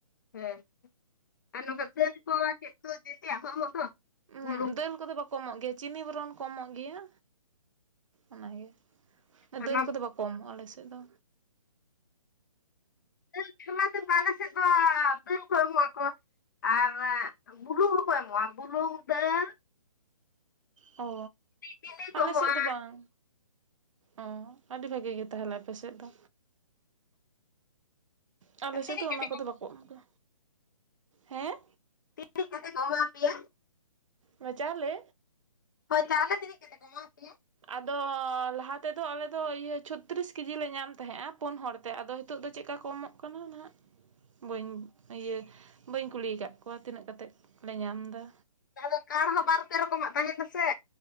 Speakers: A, on the left; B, on the right.
A: ᱦᱮᱸ ᱟᱨ ᱱᱚᱝᱠᱟ <unintelligible> ᱠᱚ ᱪᱮᱫ ᱠᱚ ᱡᱮᱛᱮᱭᱟᱜ ᱠᱚ ᱮᱢᱚᱜ ᱫᱚ
B: ᱩᱦᱩᱜ
A: ᱵᱩᱞᱩᱝ
B: ᱫᱟᱹᱞ ᱠᱚᱫᱚ ᱵᱟᱠᱚ ᱮᱢᱚᱜ ᱜᱮᱭᱟ ᱪᱤᱱᱤ ᱵᱚᱨᱚᱱ ᱠᱚ ᱮᱢᱚᱜ ᱜᱮᱭᱟ ᱚᱱᱟᱜᱮ
A: ᱟᱨ
B: ᱫᱟᱹᱞ
A: ᱚᱱᱟ
B: ᱠᱚᱫᱚ ᱵᱟᱠᱚ ᱮᱢᱚᱜ-ᱟ ᱟᱞᱮ ᱥᱮᱫ ᱫᱚ
A: ᱫᱟᱞ ᱠᱷᱞᱟ <unintelligible> ᱠᱚ ᱮᱢᱚᱜ ᱟᱠᱚ ᱟᱨ ᱵᱩᱞᱩᱝ ᱦᱚᱸᱠᱚ ᱮᱢᱚᱜᱼᱟ ᱵᱩᱞᱩᱝ ᱫᱟᱹᱞ
B: ᱚ
A: ᱪᱤᱱᱤ ᱠᱚ
B: ᱟᱞᱮ
A: ᱮᱢᱚᱜᱼᱟ
B: ᱥᱮᱫ ᱫᱚ ᱵᱟᱝ ᱚ ᱟᱹᱰᱤ ᱵᱷᱟᱜᱮ ᱜᱮ ᱛᱟᱦᱞᱮ ᱟᱯᱮ ᱥᱮᱫ ᱫᱚ ᱟᱞᱮ ᱥᱮᱫ
A: ᱛᱤᱱᱟᱹᱜ
B: ᱫᱚ
A: ᱠᱟᱛᱮ
B: ᱚᱱᱟ ᱠᱚᱫᱚ ᱵᱟᱠᱚ ᱮᱢᱜᱟ ᱦᱮᱸ
A: ᱛᱤᱱᱟᱜ ᱠᱟᱛᱮ ᱠᱚ ᱮᱢᱟ ᱯᱮᱭᱟ
B: ᱚᱱᱟ-ᱪᱟᱹᱞᱮ
A: ᱦᱳᱭ ᱪᱟᱹᱳᱞᱮ ᱛᱤᱱᱟ ᱠᱟᱛᱮ ᱠᱚ ᱮᱢᱟᱯᱮᱭᱟ
B: ᱟᱫᱚ ᱞᱟᱦᱟ ᱛᱮᱫᱚ ᱟᱞᱮ ᱫᱚ ᱤᱭᱟᱹ ᱪᱷᱚᱛᱨᱤᱥ ᱠᱮᱡᱤ ᱞᱮ ᱧᱟᱢ ᱛᱟᱦᱮᱸᱜᱼᱟ ᱯᱩᱱ ᱦᱚᱲ ᱛᱮ ᱟᱫᱚ ᱱᱤᱛᱚᱜ ᱫᱚ ᱪᱮᱫ ᱠᱟ ᱠᱚᱢᱚᱜ ᱠᱟᱱᱟ ᱱᱟᱦᱟᱜ ᱵᱟᱹᱧ ᱤᱭᱟᱹ ᱵᱟᱹᱧ ᱠᱩᱞᱤ ᱠᱟᱫ ᱠᱚᱣᱟ ᱛᱤᱱᱟᱹᱜ ᱠᱟᱛᱮᱫ ᱞᱮ ᱧᱟᱢ ᱫᱟ
A: ᱡᱟᱦᱟ ᱫᱚ ᱠᱟᱲ ᱦᱚᱸ ᱵᱟᱨᱯᱮ ᱨᱚᱠᱚᱢᱟᱜ ᱛᱟᱦᱮᱱᱟᱥᱮ